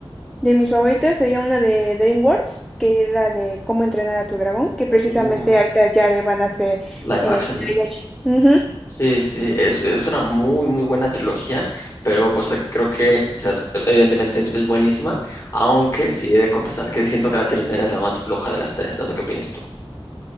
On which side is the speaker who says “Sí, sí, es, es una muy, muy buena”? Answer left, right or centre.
Left